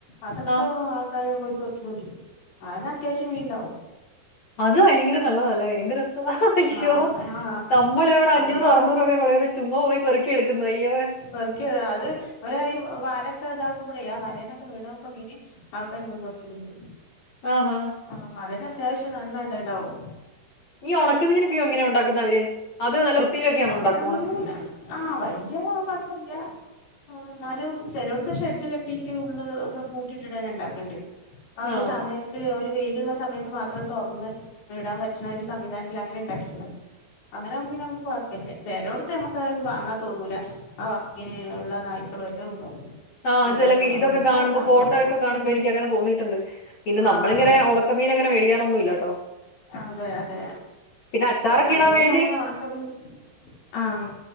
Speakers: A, on the left; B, on the left.
A: അതൊക്കെ
B: ആ
A: ആൾകാര് നുള്ളിപ്പർകി കൊണ്ടരും അതന്നെ അത്യാവശ്യം മീണ്ടാകും.
B: അത് ഭയങ്കര നല്ലതല്ലേ എന്ത് രസ അയ്യോ
A: ആഹ് ആഹ്
B: നമ്മൾ എവിടെ അഞ്ഞൂറ്
A: അവിടെ
B: അറുന്നൂറക്കെ കൊടുക്കുന്ന ചുമ്മാ പോയി പെറുക്കിയെടുക്കുന്നു അയ്യോ അയ്യോ
A: വർക്കറ അതെ ഒ വലയ ഒക്കെ ഇതാക്കുമ്പോഴേ ആ വലന്നൊക്കെ വീണൊക്കെ മീനെ ആൾക്കാർ മുൻപക്കുള്ളു
B: ആഹാ!
A: ആഹ് അതെന്നെ അത്യാവശ്യം നന്നണ്ടണ്ടാവും
B: നീ ഉണക്കുന്നീനൊക്കെയോ എങ്ങനെയ ഉണ്ടാക്കുന്ന അവര് അത് നല്ല വൃത്തിയിലൊക്കെയണ
A: ഒണക്ക
B: ഉണ്ടാക്കും
A: മീന്
B: ഉണക്ക
A: ആഹ് വല്ല്യ കൊഴപ്പില്ല ആ എന്നാലും ചെലോടത്തെ ഷെഡ് കട്ടീട്ട് ഉള്ള് ഒക്കെ കൂട്ടിട്ടിടാനെ ഇണ്ടാക്കണ്ട് അവ ഒരു
B: ആ.
A: സമയ ത്ത് അവര് വെയിലുള്ള സമയത്ത് മാത്രം തുറന്ന് ഇടാൻ പറ്റുന്ന ഒരു സംവിധാനത്തി അങ്ങനെ ഉണ്ടാക്കുന്നത് അങ്ങനെ ആമ്പോ പിന്നെ നമ്മക്ക് പിന്നെ ചെലോടത്ത് നമുക്ക്ത് വാങ്ങാൻ തോന്നൂല ആ വാക്ക ഉള്ള നായ്ക്കളും എല്ലാം ഉണ്ടാവും
B: ആഹ്
A: മൃഗങ്ങള്
B: ചില ഇതൊക്കെ
A: എല്ലാ
B: കാണുമ്പോ
A: സംഭവവും
B: ഫോട്ടോ ഒക്കെ കാണുമ്പൊ
A: ഉം
B: എനിക്ക് അങ്ങനെ തോന്നിട്ടുണ്ട് പിന്നെ
A: ആഹ്
B: നമ്മളിങ്ങനെ
A: അതെ
B: ചെമ്മീനങ്ങനെ മേടിക്കാറുന്നില്ലട്ടോ
A: അതെ അതെ
B: അച്ചാറൊക്കെ
A: ആ
B: ഇടാൻ
A: ഇവിടെ
B: വേണ്ടി
A: അങ്ങനെ ഉണക്ക മീൻ
B: ഉം
A: ആഹ